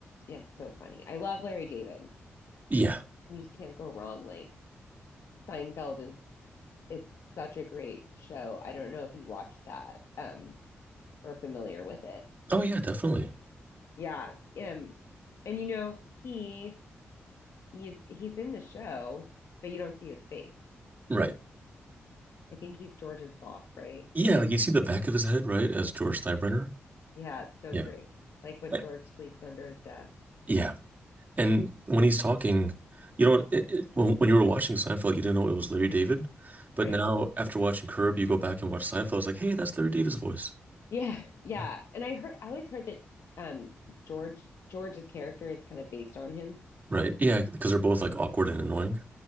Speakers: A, on the left (about 70°); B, on the right (about 35°).
A: Yeah, it's so funny. I love Larry David.
B: Yeah.
A: You just can't go wrong. Like Seinfeld is It's such a great show. I don't know if you watched that um or are familiar with it.
B: Oh yeah, definitely.
A: Yeah. Um and you know, he he's he's in the show, but you don't see his face.
B: Right.
A: I think he's George's boss, right?
B: Yeah,
A: And
B: like you see the back of his head, right, as George Steinbrenner.
A: yeah, it's so
B: Yeah.
A: great. Like when
B: I-
A: George sleeps under his desk,
B: Yeah. And when he's talking, you know, it, it, when when you were watching Seinfeld, you didn't know it was Larry David, but
A: right?
B: now after watching Curb, you go back and watch Seinfeld. It's like, hey, that's Larry David's voice.
A: Yeah, yeah.
B: Yeah.
A: And I heard I always heard that um George George's character is kind of based on him.
B: Right. Yeah, because they're both like awkward and annoying.